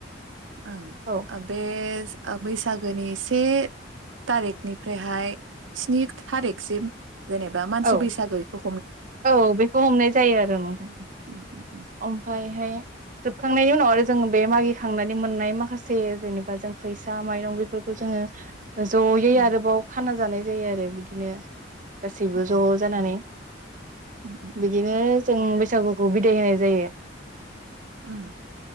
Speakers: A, on the right; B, on the right.
A: ओ
B: औ
A: बे ओ बै सागोनि से तारिखनिफ्रायहाय स्नि थारिखसिम जेनेबा मानसि
B: औ
A: बैसागो इखौ
B: औ बेखौ हमनाय जायो आरो नोंथां
A: ओम
B: ओमफ्रायहाय जोबखांनायनि उनाव आरो जोंङो बे मागि खांनानै मोननाय माखासे जेनेबा जों फैसा माइरं बेफोरखौ जोङो ज'यै
A: ओम
B: आरोबाव खाना जानाय जायो आरो बिदिनो गासैबो
A: ओम
B: ज' जानानै
A: ओम
B: बिदिनो
A: ओम
B: जों बैसागुखौ बिदाय होनाय जायो
A: ओम